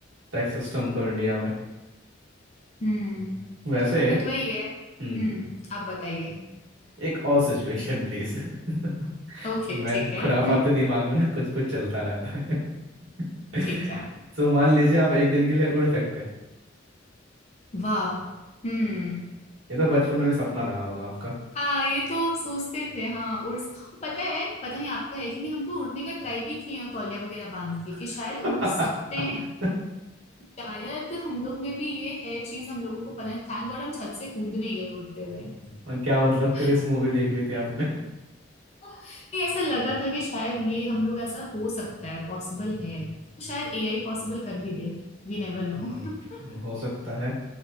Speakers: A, on the right; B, on the left.
A: टैक्स सिस्टम तो इंडिया में
B: हम्म
A: वैसे
B: बट वही है हम्म
A: हम्म
B: आप बताइए
A: एक और सिचुएशन प्लीज <laughs>
B: ओके
A: मैं
B: ठीक है
A: खुराफाते
B: <laughs>
A: दिमाग में ना कुछ कुछ चलता रहता है <laughs>
B: ठीक है
A: तो मान लीजिए आप एक दिन के लिए उड़ सकते हैं
B: वाह हम्म
A: ये तो बचपन में भी सपना रहा होगा आपका
B: हाँ ये तो सोचते थे हाँ उड़ पता है पता नहीं आपका है कि नहीं हम तो उड़ने का ट्राई भी किए हैं तौलिया वगैरह बांध के कि शायद
A: <laughs>
B: उड़ सकते हैं शायद हम लोग में भी ये है चीज हम लोगों को पता नहीं थैंक गॉड हम छत से कूद नहीं गए उड़ते हुए
A: और क्या मतलब क्रिस
B: <laughs>
A: मूवी देख ली थी आपने
B: नहीं ऐसा लगा था कि शायद ये हम लोग ऐसा हो सकता है पॉसिबल है शायद एआई पॉसिबल कर भी दे वी नेवर नो
A: हम्म
B: <laughs>
A: हो सकता है